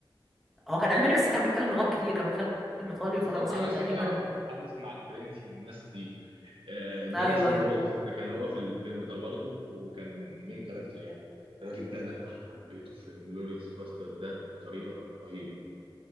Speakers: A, in the centre; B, on the right.
A: هو كان ألماني بس كان بيتكلم لغات كتير كان بيتكلم إيطالي
B: بالظبط
A: وفرنساوي
B: علشان
A: تقريبا
B: يعرف يتحدث مع الفرنسي والناس دي آه، ده
A: أيوه
B: اسمه وولت ده كان هو في الفيلم ده برضه وكان مين كاركتر يعني الراجل ده انا حبيته في انجلوريوس باسترد ده بطريقه رهيبه